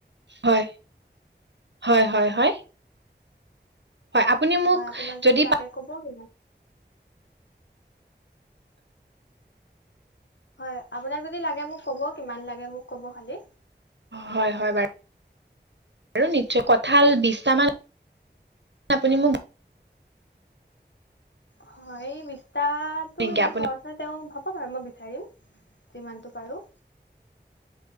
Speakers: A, on the right (about 70°); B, on the left (about 75°).
A: হয়, হয় হয় হয় হয় আপুনি মোক
B: হয় আপোনাক
A: যদি
B: লাগে ক'ব কিমান হয় আপোনাক যদি লাগে মোক ক'ব। কিমান লাগে মোক ক'ব খালী?
A: হয় হয় বাৰু আৰু নিশ্চয় কঁঠাল বিশটামান আপুনি মোক
B: হয় এই বিশটাতো
A: নেকি
B: ইমান
A: আপুনি
B: সহজে তেওঁ হয় মই বিচাৰিম যিমানটো পাৰোঁ।